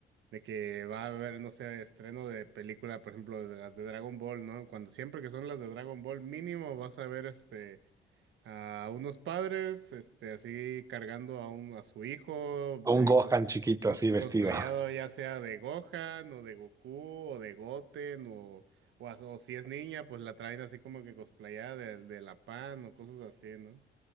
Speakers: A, on the right; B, on the right.
A: de que va a haber, no sé, estreno de película, por ejemplo, de las de Dragon Ball, ¿no? Cuando siempre que son las de Dragon Ball, mínimo vas a ver este a unos padres, este, así cargando a un, a su hijo,
B: Un
A: eh,
B: Gohan
A: cos-
B: chiquito
A: cos-
B: así vestido.
A: cosplayado ya sea de Gohan o de Goku o de Goten o o, a- o si es niña, pues la traen así como que cosplayada de, de la Pan o cosas así, ¿no?